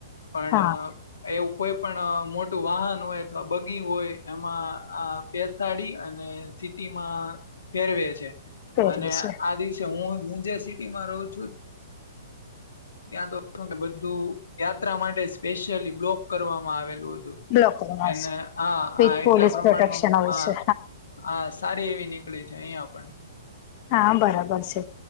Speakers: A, on the left (about 70°); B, on the left (about 40°).
A: પણ
B: હા
A: એવું કોઈ પણ મોટું વાહન હોય અથવા બગી હોય એમાં. બેસાડી અને સિટીમાં ફેરવે છે
B: પહેરવે
A: અને
B: છે
A: આ દિવસે. હું હું જ્યા સિટી માં રહું છું. ત્યાં તો બધું યાત્રા માટે સ્પેશિયલી બ્લોક કરવામાં આવેલું હતું.
B: બ્લોક કરવાસ
A: એને હા
B: વિથ
A: હ
B: પોલીસ
A: એટલા પ્રમાણમાં
B: પ્રોટેક્શન હોય
A: હા.
B: છે
A: હા સારી એવી નીકળી છે અહિયાં પણ.
B: હા બરાબર છે.